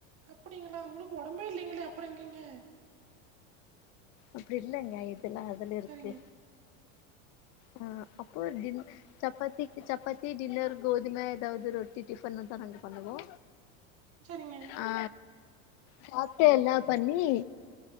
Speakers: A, on the right; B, on the left.
A: அப்டிங்களா உங்களுக்கு ஒடம்பே இல்லைங்களே அப்புறோ எங்கேங்க
B: அப்டி இல்லங்க இதெல்லா அதுல இருக்கு
A: சரிங்க
B: ஆ அப்போ டின் சப்பாத்திக்கு சப்பாத்தி டின்னர் கோதுமை ஏதாவது ரொட்டி டிஃபன்னு தா நாங்க பண்ணுவோ
A: சரிங்க
B: ஆ சாப்ட்டு எல்லா பண்ணி